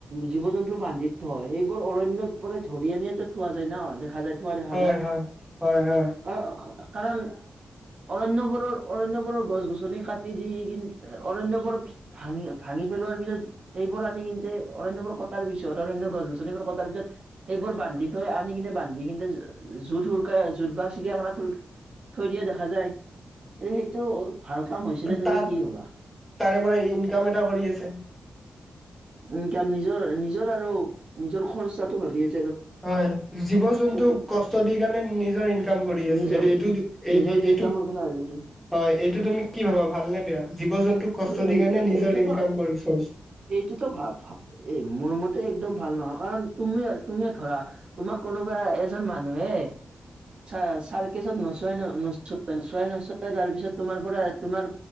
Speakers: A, on the right (about 40°); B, in the centre.
A: জীৱ -জন্তু বান্ধি থয় সেইবোৰ অৰণ্য। ধৰি আনি ইয়াতে থোৱা যায় ন। দেখা যায় থোৱা দেখা
B: হয়
A: যায়
B: হয় হয় হয়
A: <unintelligible> কাৰণ অৰণ্যবোৰৰ অৰণ্যবোৰৰ গছ গছনি কাটি দি কিন্তু- অৰণ্যবোৰ ভাঙি, ভাঙি পেলোৱাৰ পিছত। এইবোৰ আনি কিন্ত- <unintelligible> অৰণ্যবোৰ কটাৰ পিছত অৰণ্য গছ -গছনিবোৰ কটাৰ পিছত। সেইবোৰ বান্ধি থৈ আনি কিনে বান্ধি কিনে <unintelligible> <unintelligible> থৈ দিয়া দেখা যায়। কিন্তু সেইটো ভাল কাম হৈছে নে, তুমি
B: তাত
A: কি ভবা?
B: তাৰে পৰা ইনকাম এটা কৰি আছে।
A: ইনকাম নিজৰ নিজৰ আৰু নিজৰ খৰচাটো ভাবি <unintelligible>
B: হয়, জীৱ -জন্তু
A: মোক
B: কষ্ট দি কাৰণে নিজৰ ইনকাম কৰি
A: নিজৰ
B: আছে। এই এইটো
A: <unintelligible>
B: <unintelligible>
A: কথা আহিছে।
B: হয়, এইটো তুমি কি ভাবা ভাল নে বেয়া? জীৱ- জন্তু কষ্ট
A: এ
B: দি
A: এইটো
B: কাৰণে নিজৰ
A: এইটোতো
B: ইনকাম কৰিছে।
A: এইটোতো ভাব। মোৰ মতে একদম ভাল নহয়, কাৰণ তুমি, তুমিয়ে ধৰা তোমাৰ কোনোবা এজন মানুহে। চ ছাৰ কেচত নোচোৱাই ন নোচো <unintelligible> নোচোৱাই নোচোৱাই তাৰপিছত তোমাৰ পৰা তোমাৰ।